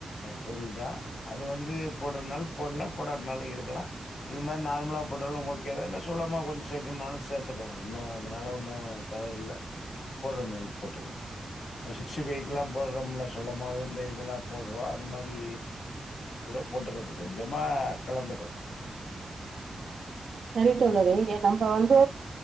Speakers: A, on the left; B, on the right.
A: பொருள் தா அது வந்து போடு ன்னாலு போடலா போடாட்னாலு இருக்கலா இது மார் நார்மலா போட்டாலு ஓகேதா இல்ல சோளமாவ் கொஞ் சேக்குன்னாலு சேத்துக்கலா ஒன்னு அதனால ஒன்னு தவறு இல்ல போட்றத்னாலு போட்டுக்கிலா அ சிக்ஸி ஃபைகில்லா போடுறோம்ல சோளமாவு இந்த இதெல்லா போடுறோ அது மாரி கூட போட்டுக்கலா கொஞ்சமா கலந்துக்கலா
B: செரி தோழரே எ நம்ம வந்து